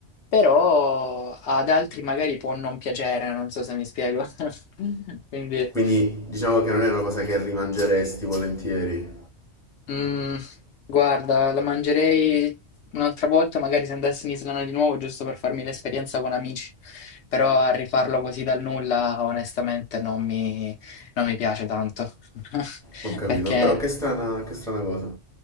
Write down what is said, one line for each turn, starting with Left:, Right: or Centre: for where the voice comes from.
Left: però ad altri magari può non piacere, non so se mi spiego. <laughs> Quindi.
Centre: Quindi diciamo che non è una cosa che rimangeresti volentieri.
Left: Mm, guarda, la mangerei un'altra volta, magari se andassi in Islanda di nuovo, giusto per farmi l'esperienza con amici. Però a rifarlo così dal nulla, onestamente, non mi, non mi piace tanto. <laughs>
Centre: Ho capito,
Left: Perché,
Centre: però che strana, che strana cosa.